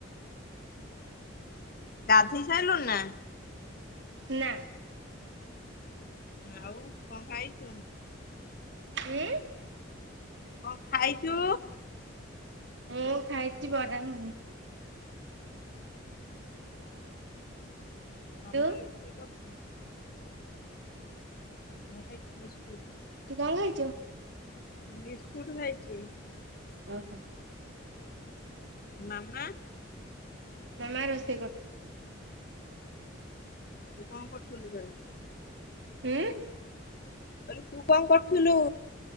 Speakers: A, on the left (about 50°); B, on the right (about 65°).
A: ଗାଧେଇ ସାଇଲୁଣୁୁ ନା।
B: ନା।
A: ଆଉ କଣ ଖାଇଛୁ?
B: ଉଁ।
A: କଣ ଖାଇଚୁ?
B: ମୁଁ ଖାଇଛି ବରା ଗୁଗୁନି।
A: ମାମା
B: ତୁ
A: ରୋଷେଇ କରୁଛି। ମୁଁ ଖାଇଛି ବିସ୍କୁଟ୍।
B: ତୁ କଣ ଖାଇଛୁ?
A: ବିସ୍କୁଟ୍ ଖାାଇଛି।
B: ଓହୋ।
A: ମାମା।
B: ମାମା ରୋଷେଇ କରୁଛି।
A: ତୁ କଣ କରୁଥିଲୁ ତାହେଲେ?
B: ହୁଁ।
A: କହିଲି ତୁ କଣ କରୁଥିଲୁ?